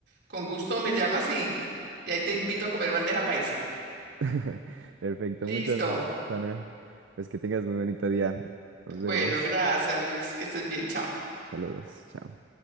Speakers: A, on the right; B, on the right.
A: con gusto me llamas y, y ahí te invito a comer bandeja paisa.
B: <laughs> Perfecto,
A: Listo.
B: muchas gracias, Ana. Pues que tengas muy bonito día. Nos
A: Bueno,
B: vemos.
A: gracias, Luis, que estés bien, chao.
B: Saludos, chao.